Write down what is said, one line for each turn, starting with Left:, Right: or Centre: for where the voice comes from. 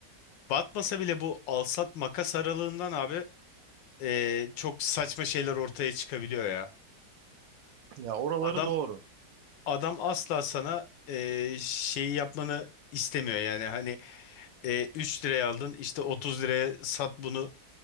Left: batmasa bile bu alsat makas aralığından abi e, çok saçma şeyler ortaya çıkabiliyor ya.
Right: Ya oraları
Left: Adam
Right: doğru.
Left: adam asla sana e, şeyi yapmanı istemiyor yani hani e, 3 liraya aldın işte 30 liraya sat bunu